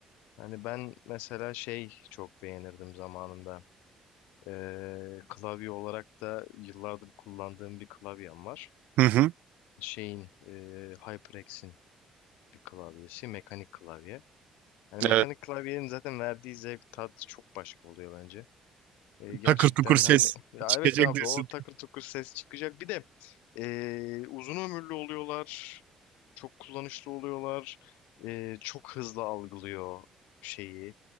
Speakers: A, on the left (about 90°); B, on the right (about 75°).
A: Hani ben mesela şey çok beğenirdim zamanında. E, klavye olarak da yıllardır kullandığım bir klavyem var.
B: <laughs> Hı hı.
A: Şeyin e, HyperX'in bir klavyesi, mekanik klavye. Yani mekanik
B: Evet.
A: klavyenin zaten verdiği zevk tat çok başka oluyor bence. E, gerçekten
B: Takır tukur ses
A: hani ya
B: çıkacak
A: evet abi
B: diyorsun.
A: o takır tukur ses çıkacak. Bir de e, uzun ömürlü oluyorlar. Çok kullanışlı oluyorlar. E, çok hızlı algılıyor şeyi.